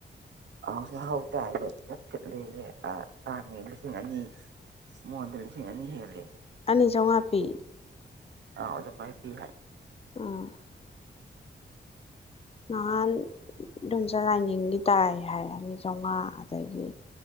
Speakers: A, on the right (about 80°); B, on the left (about 35°).
A: ꯑ ꯆꯥꯛꯍꯥꯎ ꯇꯥꯏꯗ ꯁꯤꯠꯂꯌꯦ ꯑ ꯇꯥꯡꯉꯦ ꯂꯤꯁꯤꯡ ꯑꯅꯤ ꯃꯣꯟ ꯗ ꯂꯤꯁꯤꯛ ꯑꯅꯤ ꯍꯦꯜꯂꯦꯌꯦ
B: ꯑꯅꯤ ꯆꯧꯉꯥꯄꯤ
A: ꯑꯧ ꯑꯗꯨꯃꯥꯏꯅ ꯄꯤ ꯍꯥꯏ
B: ꯎꯝ ꯅꯍꯥꯟ ꯢꯗꯣꯝꯖꯥ ꯂꯥꯏꯅꯤꯡꯒꯤ ꯇꯥꯏꯍꯥꯏꯑꯦ ꯑꯅꯤ ꯆꯝꯉꯥ ꯑꯗꯒꯤ